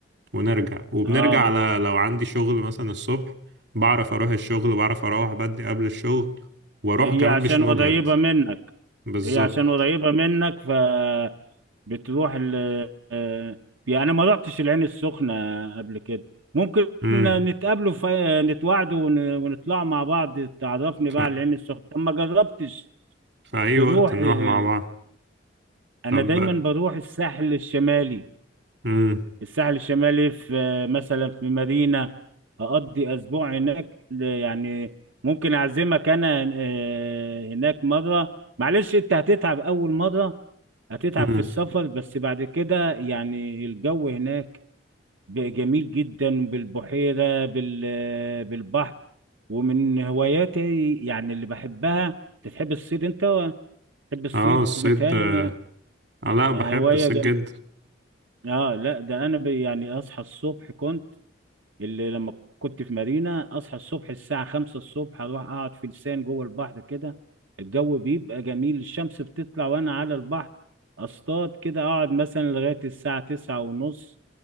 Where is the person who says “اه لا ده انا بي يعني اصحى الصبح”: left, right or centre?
Right